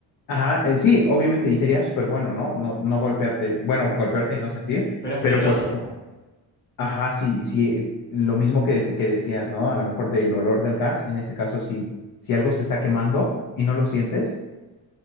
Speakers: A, on the left; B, on the left.
A: Ajá, eh, sí, obviamente, y sería súper bueno, ¿no? No, no golpearte, bueno, golpearte y no sentir,
B: Pero es
A: pero
B: peligroso.
A: por, ejemplo, ajá, sí, sí, eh, lo mismo que, que decías, ¿no? A lo mejor del olor del gas, en este caso, si, si algo se está quemando y no lo sientes,